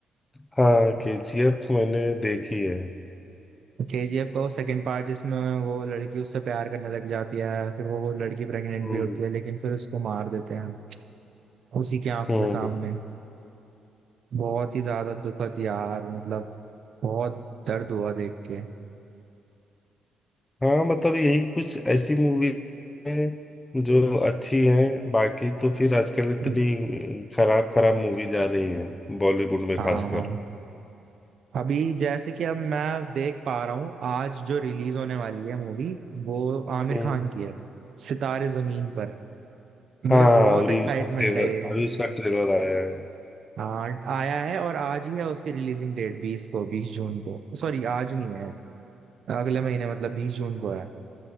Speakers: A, on the left; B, on the right.
A: हाँ केजीएफ मैंने देखी है
B: केजीएफ का वो सेकंड पार्ट जिसमें वो लड़की उससे प्यार करने लग जाती है फिर वो वो लड़की प्रेग्नेंट
A: हम्म
B: भी होती है लेकिन फिर उसको मार देते हैं उसी की आंखों
A: हम्म
B: के सामने बहुत ही ज्यादा दुखद यार मतलब बहुत दर्द हुआ देख के
A: हाँ मतलब यही कुछ ऐसी मूवी है जो अच्छी हैं बाकी तो फिर आजकल इतनी
B: हम्म।
A: खराब खराब मूवीज आ रही हैं बॉलीवुड में
B: हाँ
A: खासकर
B: अभी जैसे कि अब मैं देख पा रहा हूँ आज जो रिलीज होने वाली है मूवी वो आमिर
A: हम्म
B: खान की है सितारे जमीन पर मुझे
A: हाँ
B: बहुत
A: अभी
B: एक्साइटमेंट
A: उसका ट्रेलर
B: है ये
A: अभी उसका ट्रेलर आया है
B: हाँ आया है और आज ही है उसकी रिलीजिंग डेट बीस को बीस जून को सॉरी आज नहीं है अगले महीने मतलब बीस जून को है